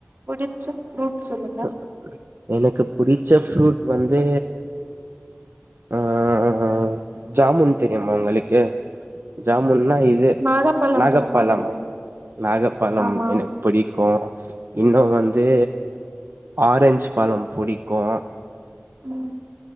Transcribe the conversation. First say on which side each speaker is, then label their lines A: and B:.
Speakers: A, on the right (about 55°); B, on the right (about 75°).
A: பிடிச்ச ஃப்ரூட் சொல்லுங்க
B: ஆஹ எனக்கு பிடிச்ச ஃப்ரூட் வந்து ஆஹ ஜாமுன் தெரியுமா உங்களுக்கு ஜாமுன்ன்னா இது
A: நாகப்பழம்
B: நாகப்பழம்
A: சொல்லுவாங்கள
B: நாகப்பழம்
A: ஆமா
B: எனக்கு பிடிக்கும் உ இன்னும் வந்து ஆரஞ்சு பழம் புடிக்கும்
A: உம்